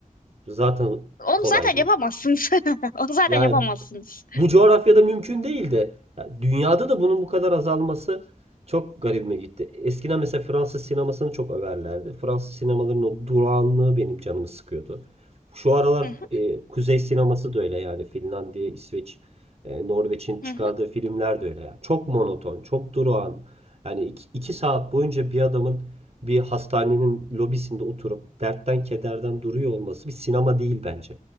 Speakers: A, on the right; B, on the left.
A: Zaten
B: Onu
A: kolay
B: zaten
A: değil.
B: yapamazsınız. <laughs> Onu zaten
A: Yani
B: yapamazsınız.
A: bu coğrafyada mümkün değildi. Ya dünyada da bunun bu kadar azalması çok garibime gitti. Eskiden mesela Fransız sinemasını çok överlerdi. Fransız sinemalarının o durağanlığı benim canımı sıkıyordu. Şu aralar
B: Hı hı,
A: e, Kuzey sineması da öyle yani Finlandiya, İsveç, e, Norveç'in çıkardığı
B: hı hı.
A: filmler de öyle. Yani. Çok monoton, çok durağan. Yani iki, iki saat boyunca bir adamın bir hastanenin lobisinde oturup dertten kederden duruyor olması bir sinema değil bence.